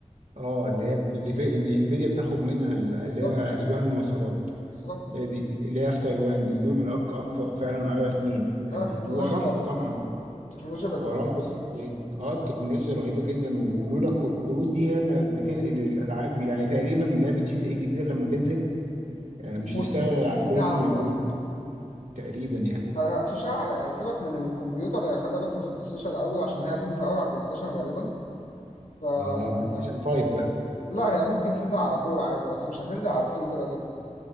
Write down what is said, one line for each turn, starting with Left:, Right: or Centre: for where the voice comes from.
Right: اه اللي هي اللي, في... اللي انفيديا بتاخد منها ال- اللي
Left: بالظبط
Right: هي اشباه المواصلات
Left: بالظبط
Right: هي دي اللي هي في تايوان دي دول أق- اقوى فعلا اغلى اتنين يعني
Left: آه، التكنولوجيا
Right: وارامكو طبعا
Left: التكنولوجيا بقت
Right: وارامكو
Left: رهيبه
Right: السعوديه اه التكنولوجيا رهيبه جدا ولولا الك- الكروت دي هي اللي بتنقل الالعاب يعني تقريبا لعبه جي تي اي الجديده لما تنزل آه، مش
Left: الموت
Right: هتشتغل
Left: دي
Right: على
Left: بس
Right: كروت
Left: منيعة على
Right: من
Left: نار
Right: الكروت دي تقريبا يعني
Left: هتشع سيبك من الكمبيوتر هي خليها بس في البلاي ستيشن الاول عشان هي هتنزل الاول على البلاي ستيشن غالبا ف
Right: اه بلاي ستيشن
Left: <laughs>
Right: 5 بقى
Left: لا هي ممكن تنزل على فور عادي بس مش هتنزل على 3 كده كده